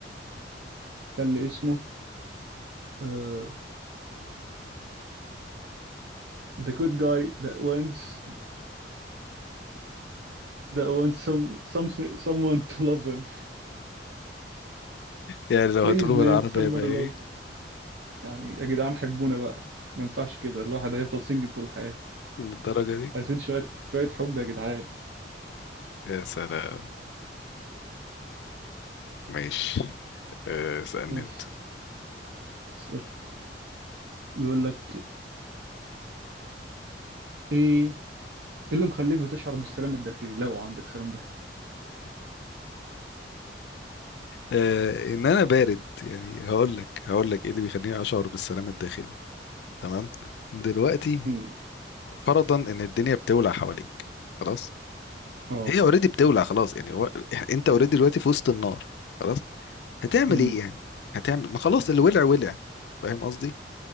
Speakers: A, on the right (about 70°); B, on the left (about 65°).
A: كان لي اسمه آه the good guy that wants that wants some, some someone to love him
B: يعني لو
A: please
B: هتقوله
A: man
B: بالعربية
A: somebody
B: يبقى ايه؟
A: love يعني يا جدعان حبونا بقى ما ينفعش كده الواحد هيفضل سنجل طول الحياة
B: للدرجة دي
A: عايزين شوية شوية حب يا جدعان
B: يا سلام ماشي آه، اسألني
A: ماشي
B: انت
A: اسألك بيقول لك ايه إيه اللي مخليك بتشعر بالسلام الداخلي لو عندك سلام داخلي
B: آه، ان انا بارد يعني هقول لك هقول لك ايه اللي بيخليني اشعر بالسلام الداخلي تمام دلوقتي
A: مم.
B: فرضا ان الدنيا بتولع حواليك خلاص
A: اه
B: هي اوريدي بتولع خلاص يعني هو إح- انت اوريدي دلوقتي في وسط النار خلاص هتعمل
A: امم
B: ايه يعني هتعمل ما خلاص اللي ولع ولع فاهم قصدي